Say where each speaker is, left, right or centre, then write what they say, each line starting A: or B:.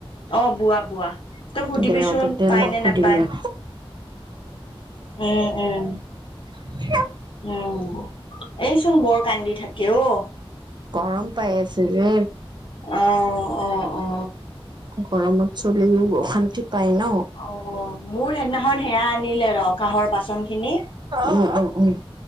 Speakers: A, on the left; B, on the right.
A: অ বোৱা বোৱা তই সুধিবিচোন
B: দে হ'ব দে
A: পাই
B: মই
A: নে
B: সুধিম
A: নাপায়
B: ৰ।
A: উম উম
B: <unintelligible>
A: উম এইচোন বৰ কান্দি থাকে অ
B: গৰম পাই আছিলে
A: অ অ অ
B: গৰমত চলিও অশান্তি পায় ন।
A: অ মোৰ সেইদিনাখন সেয়া আনিলে ৰ কাঁহৰ বাচন খিনি
B: উম উম উম